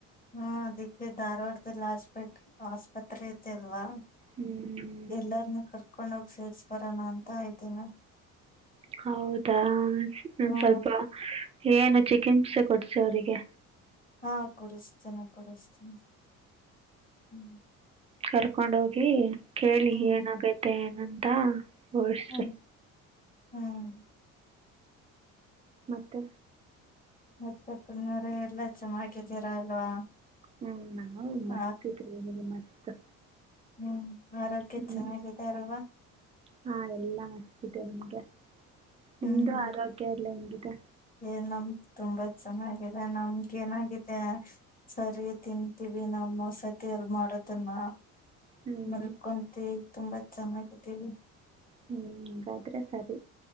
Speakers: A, on the left; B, on the right.
A: ಹಾ ಅದಿಕ್ಕೆ ದಾರ್ವಾಡ್ ಲ್ಲ ಹಾಸ್ಬಿಟ್ ಆಸ್ಪತ್ರೆ ತೆಲ್ವಾ
B: ಹ್ಞೂ
A: ಎಲ್ಲಾರ್ನು ಕರ್ ಕಕೊಂಡ ಹೋಗಿ ಸೇರ್ಸ್ ಬರೋಣ ಅಂತ ಇದೀನಿ.
B: ಹೌದಾ ಹ್ಮ್
A: ಹಾ
B: ಸ್ವಲ್ಪ ಏನು ಚಿಕಿಮ್ಸೆ ಕೊಡ್ಸ್ ಅವ್ರಿಗೆ
A: ಹಾ ಕೊಡಸ್ತಿನಿ ಕೊಡಸ್ತಿನಿ. ಹ್ಮ್
B: ಕರ್ಕೊಂಡು ಹೋಗಿ ಕೇಳಿ
A: ಹ್ಮ್
B: ಏನಾಗೈತೆ ಏನು ಅಂತ ವೊರ್ಸ್ಟ್
A: ಹ್ಮ್ ಹ್ಮ್
B: ಮತ್ತೆ.
A: ಮತ್ತೆ ಪನ್ನಾರ ಎಲ್ಲಾ ಚೆನ್ನಾಗಿದ್ದೀರಾ ಅಲ್ವಾ
B: ಹ್ಮ್ ನಾವು
A: ಹ
B: ಮಸ್ತ್ ಇ ಮಸ್ತ್ ಸಾ
A: ಹ್ಮ್ ಆರೋಗ್ಯ
B: ಹ್ಮ್
A: ಚೆನ್ನಾಗಿದೆ ಅಲ್ವಾ
B: ಹಾ ಎಲ್ಲಾ ಹಷ್ಟಟ್ಟ ಕ್ಯ ನಿಮ್ದು
A: ಹ್ಮ್
B: ಆರೋಗ್ಯ ಎಲ್ಲ ಹೆಂಗಿದೆ
A: ಏ ನಮ್ ತುಂಬಾ ಚೆನ್ನಗಿದೆ ನಮ್ಗೆ ಏನಾಗಿದೆ ಸರಿ ತಿಂತೀವಿ ನಮ್ಮಸತಿ ಎರ್ ಮಾಡ ತನ್ನ
B: ಹ್ಮ್
A: ಮಲ್ಕೊಂಟತಿವಿ ತುಂಬಾ ಚೆನ್ನಾಗಿದಿವಿ
B: ಹ್ಮ್ ಹಾದ್ರೆ ಸರಿ